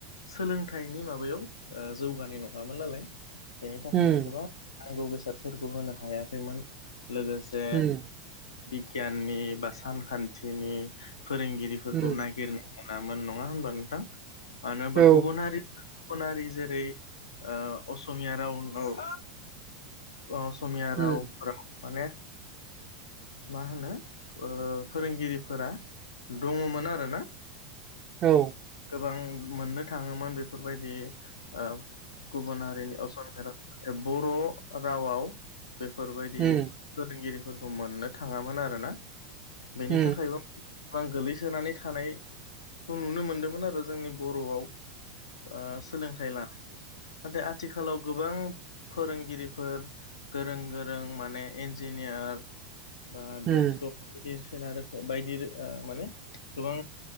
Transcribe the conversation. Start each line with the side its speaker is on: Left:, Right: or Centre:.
Left: सोलोंथाइनि माबायाव ओ-जौगानाय नङामोन नालाय। बेनि थाखायनो
Right: उम
Left: गोबां नांगौ बेसादफोरखौ होनो हायाखैमोन लोगोस से
Right: उम
Left: बिगियाननि बा सानखान्थिनि फोरोंगिरि फोर
Right: उम
Left: नायगिरना मोनामोन नङा होनबा नोंथां? मानो होनबा
Right: औ
Left: गुबुन हारि गुबुनारि जेरै असमिया राव ओ- अ-असमिया
Right: उम
Left: रावफोराव माने मा होनो ओ-फोरोंगिरिफोरा दङमोन आरोना
Right: औ
Left: गोबां मोननो थाङोमोन बेफोरबायदि ओ - गुबुन हारिनि असमिया राव ए-बर' रावआव बेफोरबायदि
Right: उम
Left: फोरोंगिरिफोरखौ मोननो थाङामोन आरोना बेनि
Right: उम
Left: थाखायबो गोबां गोलैसोनानै थानायखौ नुनो मोनदोंमोन आरो जोंनि बर'आव। ओ-सोलोंथाइ लानाय नाथाय आथिखालाव गोबां फोरोंगिरिफोर गोरों गोरों माने इन्जिनियार बा डक्टर
Right: उम
Left: बायदिसिना रोखोम बायदि ओ-माने गोबां